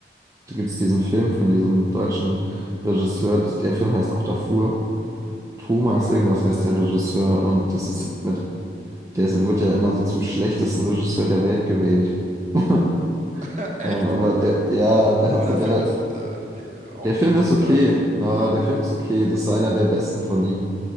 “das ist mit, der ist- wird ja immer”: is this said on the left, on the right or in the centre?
Right